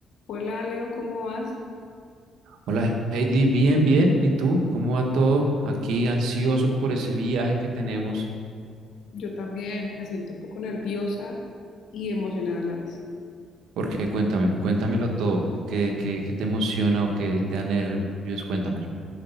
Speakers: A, on the left; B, on the right.
A: Hola Leo, ¿cómo vas?
B: Hola Heidi, bien, bien. ¿Y tú? ¿Cómo va todo? Aquí ansioso por ese viaje que tenemos.
A: Yo también me siento un poco nerviosa y emocionada a la vez.
B: Porque cuéntame, cuéntamelo todo. ¿Qué, qué, qué te emociona o qué te da nervios? Cuéntamelo.